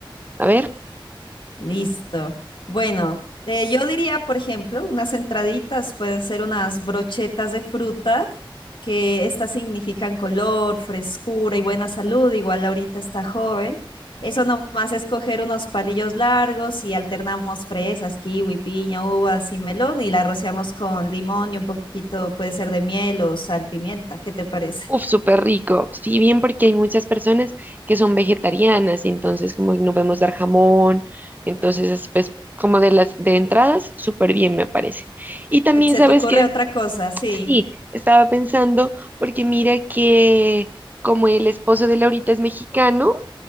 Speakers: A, on the right; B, on the left.
A: A ver,
B: Listo. Bueno, eh, yo diría, por ejemplo, unas entraditas pueden ser unas brochetas de fruta, que estas significan color, frescura y buena salud. Igual ahorita está joven. Eso nomás es coger unos palillos largos y alternamos fresas, kiwi, piña, uvas y melón y la rociamos con limón y un poquito puede ser de miel o sal, pimienta. ¿Qué te parece?
A: uf, súper rico. Sí, bien porque hay muchas personas que son vegetarianas, entonces como no podemos dar jamón, entonces es, pues como de las de entradas, súper bien me parece. Y
B: <laughs>
A: también
B: ¿Se
A: sabes
B: te ocurre
A: que
B: otra cosa? Sí.
A: sí, estaba pensando porque mira que como el esposo de Laurita es mexicano,